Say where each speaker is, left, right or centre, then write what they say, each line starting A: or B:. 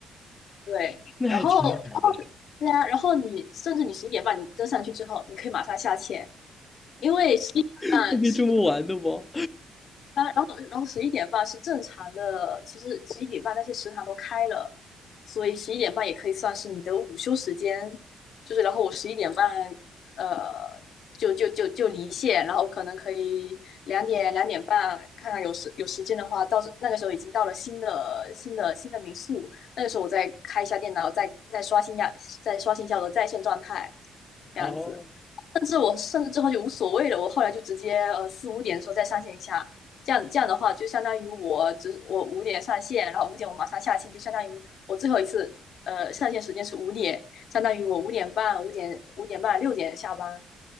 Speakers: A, on the left; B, on the left.
A: 对，
B: 那还挺好的，
A: 然后然后 <laughs> 对啊，然后你甚至你十一点半你登上去之后，你可以马上下线，因为十一点半是
B: <laughs> 还可以这么玩的吗？
A: 当然，然后然后十一点半是正常的，其实十一点半那些食堂都开了，所以十一点半也可以算是你的午休时间。就是然后我十一点半，呃，就就就就离线，然后可能可以两点两点半看看有时有时间的话，到那个时候已经到了新的新的新的民宿，那个时候我再开一下电脑，再再刷新一下再刷新一下我的在线状态，这样子。
B: 哦。
A: 甚至我甚至之后就无所谓了，我后来就直接呃四五点的时候再上线一下，这样这样的话就相当于我只我五点上线，然后五点我马上下线，就相当于我最后一次呃上线时间是五点，相当于我五点半、五点五点半、六点下班，